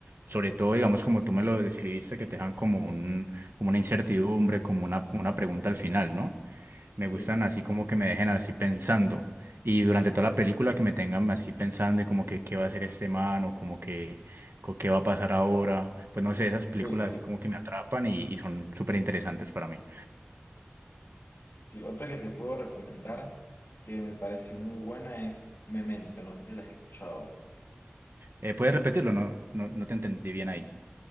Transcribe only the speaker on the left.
Sí,
sí,
sí, sí.
Sí, otra que te puedo recomendar que me pareció muy buena es Memento, no sé si la has escuchado.